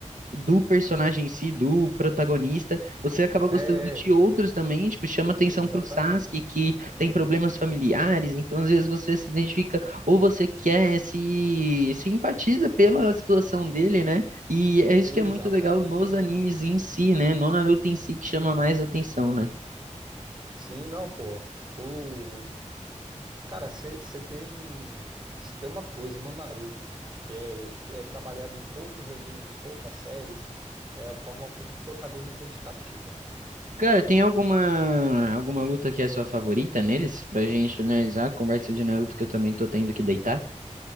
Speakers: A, on the right; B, on the right.
A: do personagem em si, do protagonista, você acaba
B: É,
A: gostando de
B: é,
A: outros também, tipo, chama atenção
B: exatamente.
A: pro Sasuke, que tem problemas familiares, então às vezes você se identifica, ou você quer, se, se empatiza pela situação dele, né? E é isso
B: Exatamente.
A: que é muito legal nos animes em si, né? No Naruto em si que chama mais atenção, né?
B: Sim, não, pô. O... Cara, você tem... cê tem uma coisa no Naruto que é, é trabalhado em poucos animes, poucas séries, é a forma como o protagonista te cativa.
A: Cara,
B: Tipo,
A: tem alguma alguma luta que é sua favorita neles? Pra gente analisar a conversa de Naruto que eu também tô tendo que deitar.